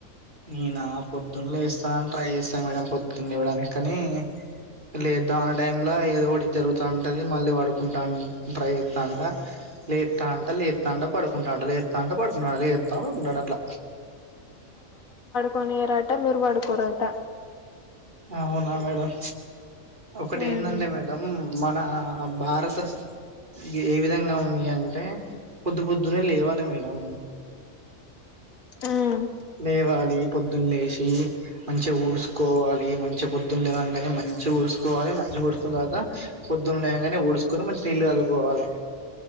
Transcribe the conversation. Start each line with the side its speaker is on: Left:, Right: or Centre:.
Right: నేనా పొద్దున్న లేస్తాన్ ట్రై చేస్తాను మేడం పొద్దున్ లెవ్వడానికి కానీ లేద్దా మన్న టైమ్ ల ఏదో ఒకటి జరుగుత ఉంటది మళ్ళీ పడుకుంటాన్ ట్రై చేస్తావుంటా లేత అంట అంట లేత అంట పడుకుంటాంట లేత అంట పడుకుంటాడు లేత పడుకుంటాడు అట్లా
Left: కొనియరట మీరు పడుకోరంట
Right: ఆ అవునా మేడం ఒకటి
Left: ఉమ్
Right: ఏందంటే మేడం మన ఆ భారత శ్రీ ఏ విధంగా ఉంది అంటే పొద్దు పొద్దునే లేవాలి మేడం
Left: ఆం
Right: లేవాలి పొద్దున్న లేచి మంచిగా ఊడ్చుకోవాలి మంచి పొద్దున్న లేగానే మంచిగా ఊడ్చుకోవాలి మంచిగా ఊడుసుకున్న తర్వాత పొద్దున్న లేగానే ఊడుసుకొని మంచి నీళ్ళు చల్లుకోవాలె